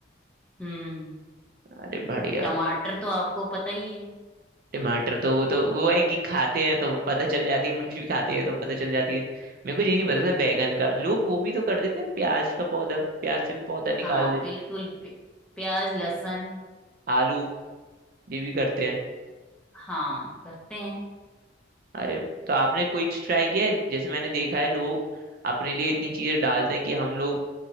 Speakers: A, in the centre; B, on the right.
A: हम्म
B: अरे बढ़िया
A: टमाटर तो आपको पता ही है
B: टमाटर तो वो तो वो है कि खाते हैं तो पता चल जाती है मिर्च भी खाते हैं तो पता चल जाती है मेरे को ये नहीं पता था बैगन का लोग वो भी तो कर देते हैं प्याज का पौधा प्याज से भी पौधा
A: हाँ
B: निकाल देते
A: बिल्कुल प्य- प्याज लहसुन
B: आलू ये भी करते हैं
A: हाँ करते हैं
B: अरे तो आपने कोई ट्राई किया है जैसे मैंने देखा है लोग अपने लिए इतनी चीजें डालते हैं कि हम लोग